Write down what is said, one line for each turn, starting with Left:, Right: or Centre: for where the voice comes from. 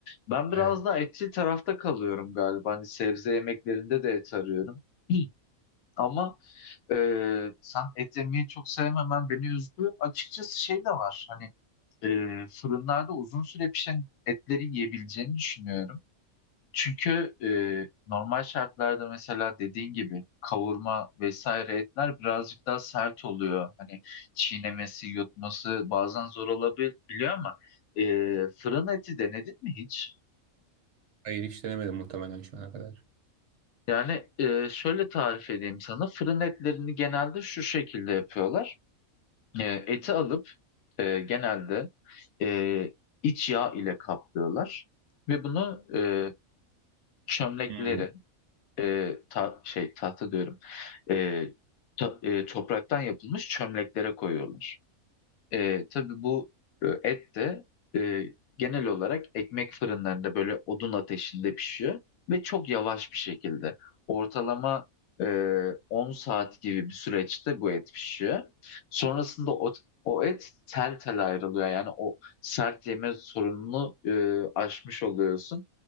Left: Ben
Right: Evet.
Left: biraz daha etçil tarafta kalıyorum galiba. Hani sebze yemeklerinde de et arıyorum. <clears throat> Hı. Ama e, sen et yemeyi çok sevmemen beni üzdü. Açıkçası şey de var. Hani e, fırınlarda uzun süre pişen etleri yiyebileceğini düşünüyorum. Çünkü e, normal şartlarda mesela dediğin gibi kavurma vesaire etler birazcık daha sert oluyor. Hani çiğnemesi, yutması bazen zor olabiliyor ama e, fırın eti denedin mi hiç?
Right: Hayır hiç denemedim muhtemelen şu ana kadar.
Left: Yani e, şöyle tarif edeyim sana. Fırın etlerini genelde şu şekilde yapıyorlar. E, eti alıp e, genelde e, iç yağ ile kaplıyorlar ve bunu e, çömlekleri
Right: Hmm.
Left: e, ta- şey tahta diyorum e, to- e, topraktan yapılmış çömleklere koyuyorlar. E, tabii bu e, et de e, genel olarak ekmek fırınlarında böyle odun ateşinde pişiyor ve çok yavaş bir şekilde. Ortalama e, 10 saat gibi bir süreçte bu et pişiyor. Sonrasında o, o et tel tel ayrılıyor. Yani o sert yeme sorununu e, aşmış oluyorsun.